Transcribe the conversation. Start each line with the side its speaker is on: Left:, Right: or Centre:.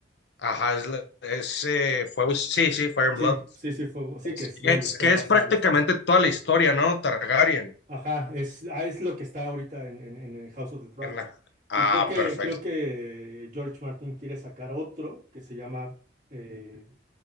Left: ajá, es, la- es, eh, fue, sí, sí, Fire and
Right: Sí,
Left: Blood.
Right: sí, sí, fuego. Sí,
Left: Es,
Right: que es
Left: es
Right: donde está
Left: que
Right: basado
Left: es prácticamente
Right: esto.
Left: toda la historia, ¿no? Targaryen.
Right: Ajá, es, ah, es lo que está ahorita en, en, en el House of the Dragon.
Left: En la, ah,
Right: Y creo que,
Left: perfecto.
Right: creo que George Martin quiere sacar otro que se llama, eh,